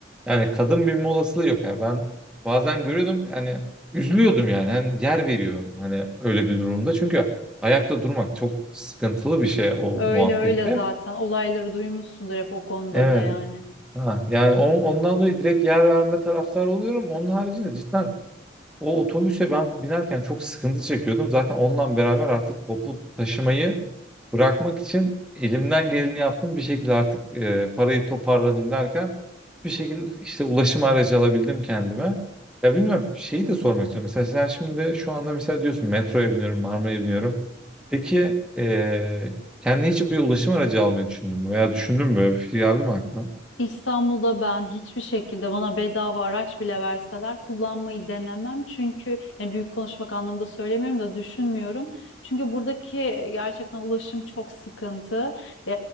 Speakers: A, in the centre; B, on the left.
A: yani kadın binme olasılığı yok yani ben bazen görüyordum yani üzülüyordum yani hani yer veriyorum hani öyle bir durumda çünkü ayakta durmak çok sıkıntılı bir şey o
B: Öyle
A: muhabbette.
B: öyle zaten. Olayları duymuşsundur hep o konuda
A: Evet.
B: da yani.
A: Ha, yani on- ondan dolayı direkt yer verme taraftar oluyorum. Onun haricinde cidden o otobüse ben binerken çok sıkıntı çekiyordum. Zaten onunla beraber artık toplu taşımayı bırakmak için elimden geleni yaptım. Bir şekilde artık e, parayı toparladım derken bir şekilde işte ulaşım aracı alabildim kendime. Ya bilmiyorum şeyi de sormak istiyorum. Mesela sen şimdi şu anda mesela diyorsun metroya biniyorum, Marmara'ya biniyorum. Peki e, kendine hiç bir ulaşım aracı almayı düşündün mü? Veya düşündün mü böyle bir fikir geldi mi aklına?
B: İstanbul'da ben hiçbir şekilde bana bedava araç bile verseler kullanmayı denemem. Çünkü yani büyük konuşmak anlamında söylemiyorum da düşünmüyorum. Çünkü buradaki gerçekten ulaşım çok sıkıntı. Ee,